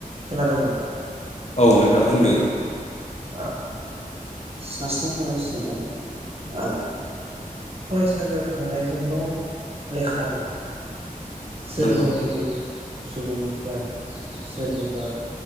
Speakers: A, on the right; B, on the left.
A: खोनादों नोंथां
B: औ नोंथां बुंदो
A: ओ सासे फरायसाया ओ फरायसालियाव थांनायजोंल लेखा रोङा सोरनिबा
B: नोंगौ
A: गिदिर सुबुंनिफ्राय सोरनिबा